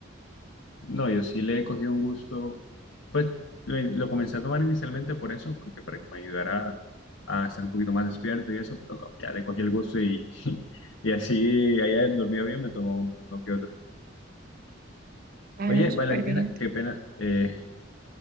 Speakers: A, on the left; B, on the right.
A: No, yo sí le he cogido un gusto. Pues lo, lo comencé a tomar inicialmente por eso, porque para que me ayudara a estar un poquito más despierto y eso, pero no, ya le cogí el gusto y, <laughs> y así haya dormido bien, me tomo uno, uno que otro.
B: Ah,
A: Oye,
B: no,
A: Valentina,
B: súper bien.
A: qué pena. eh,